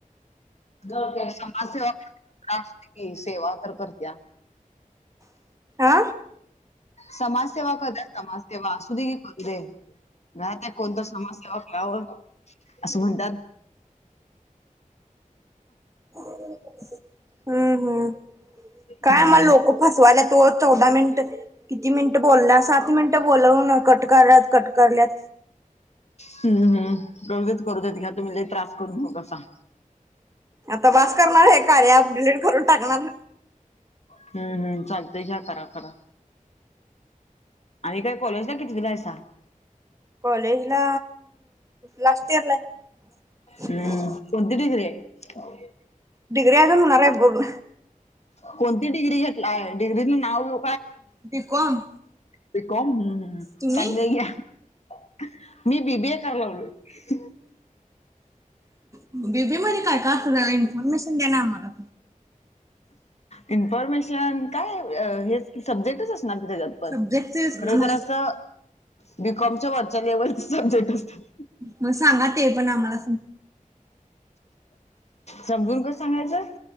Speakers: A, on the left (about 50°); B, on the right (about 20°).
A: समाजसेवा करते की असुदे की की सेवा तर करत्या.
B: आ
A: समाजसेेवा करते समाजसेेवा असुदे की करूदे. राहत कोणत समाजसेवा घ्यावं असं म्हणतात.
B: हम्म हम्म काय
A: हम्म
B: म लोक. फसवायल्यात हो चौदा मिनिट किती मिनिटं बोला सात मिनिटं बोलवून कट करल्यात कट करल्यात
A: हम् हम्म करू देत करुदे तिला तुम्ही लय त्रास करून घेऊ नकासा.
B: आता बास करणार हे कार्य आप डिलीट करून टाकणार.
A: हम्म हम्म चालतंय घ्या करा करा. आणी काय कॉलेजला कितवीला हायसा?
B: कॉलेजला लास्ट इयरला आहे.
A: हम्म कोणती डिग्री आहे?
B: डिग्री आजून होनार आहे पूर्ण.
A: कोणती डिग्री घेतलाय डिग्रीच नाव
B: बी कॉम
A: बी काँम <unintelligible>
B: तुम्ही
A: मी बीबीए कराय लागलोय.
B: बीबी मध्ये काय काय अस इन्फॉर्मेशन दे्णार आम्हाला?
A: इन्फॉर्मेशन काय हेच सब्जेक्टच असणार कि त्याच्यात पण.
B: सब्जेक्ट
A: खर
B: आम्हाला
A: जरासं बीकॉमच्या वरच्या लेवलचे सब्जेक्ट असतात.
B: मग सांगा ते पण आम्हाला.
A: समजून कस सांगायचं?